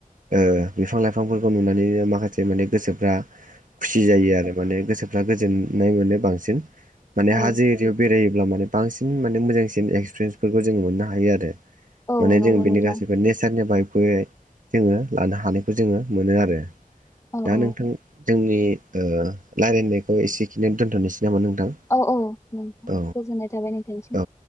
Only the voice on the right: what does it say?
ओ बिफां लाइफांफोरखौ नुनानैनो माखासे माने गोसोफ्रा खुसि जायो आरो माने गोसोफ्रा गोजोननाय मोनो बांसिन माने
हाजो एरियायाव बेरायोब्ला माने बांसिन माने मोजांसिन एक्सपिरियेन्सफोरखौ जोंङो मोननो हायो आरो
माने
जों बेनि
गासैबो नेचारनिफायबो जोंङो लानो हानायखौ जोङो मोनो आरो
दा
नोंथां जोंनि ओ रायजलायनायखौ एसेखिनियाव दोन्थ'नोसै नामा नोंथां?
औ
औ